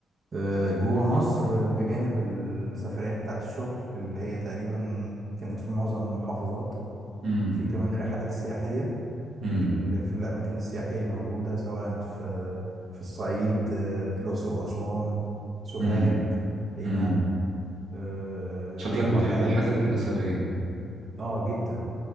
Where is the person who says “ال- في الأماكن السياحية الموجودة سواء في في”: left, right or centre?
Right